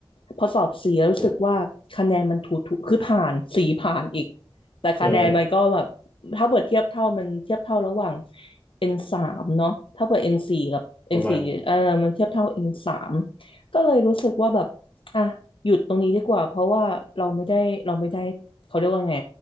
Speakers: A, on the left (about 70°); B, on the left (about 20°).
A: พอสอบสี่แล้วรู้สึกว่าคะแนนมันถูถูคือผ่านสี่ผ่านอีก
B: โห
A: แต่คะแนนมันก็แบบ
B: เออ
A: ถ้าเปิดเทียบเท่ามันเทียบเท่าระหว่างเอ็นสามเนาะถ้าเปิดเอ็นสี่กับเอ็นสี่เออมันเทียบเท่าเอ็นสาม
B: ประมาณ
A: ก็เลยรู้สึกว่าแบบอ่ะหยุดตรงนี้ดีกว่า เพราะว่าเราไม่ได้เราไม่ได้ เขาเรียกว่าไง